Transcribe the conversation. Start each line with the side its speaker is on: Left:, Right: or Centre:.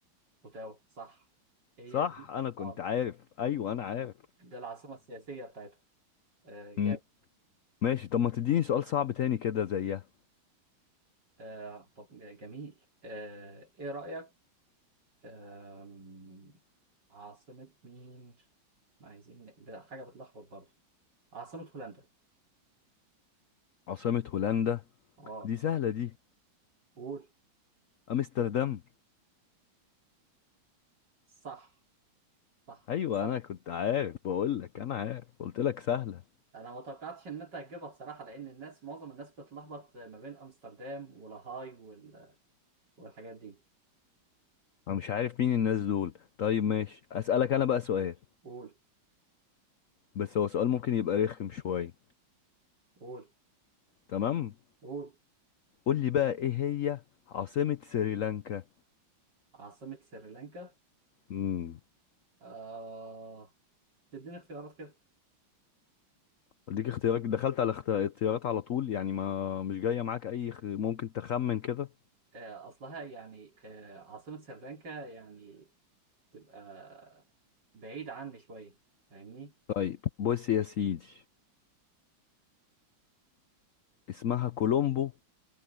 Right: أوتاوا صح هي
Left: صح
Right: دي
Left: أنا كنت
Right: اه
Left: عارف أيوة أنا عارف
Right: ده العاصمة السياسية بتاعتها آه جاب
Left: مم. ماشي طب ما تديني سؤال صعب تاني كده زيها
Right: آه طب جميل آه إيه رأيك أم... عاصمة مين؟ ما عايزين ن- ده حاجة بتلخبط برضه عاصمة هولندا
Left: عاصمة هولندا
Right: اه
Left: دي سهلة دي
Right: قول
Left: أمستردام
Right: صح صح
Left: أيوة
Right: صح
Left: أنا كنت عارف بقول لك أنا عارف قلت لك سهلة
Right: انا ما توقعتش ان انت هتجيبها بصراحة لان الناس معظم الناس بتلخبط ما بين امستردام ولاهاي وال... والحاجات دي
Left: أنا مش عارف مين الناس دول طيب ماشي أسألك أنا بقى سؤال
Right: قول
Left: بس هو سؤال ممكن يبقى رخم شوية
Right: قول
Left: تمام
Right: قول
Left: قول لي بقى إيه هي عاصمة سريلانكا
Right: عاصمة سريلانكا
Left: امم
Right: آه تديني اختيارات كده
Left: أديك اختيارات دخلت على اخت- اختيارات على طول يعني ما مش جاية معاك أي خ- ممكن تخمن كده
Right: آه أصلها يعني آه عاصمة سريلانكا يعني تبقى بعيد عني شوية فاهمني
Left: طيب بص يا سيدي اسمها كولومبو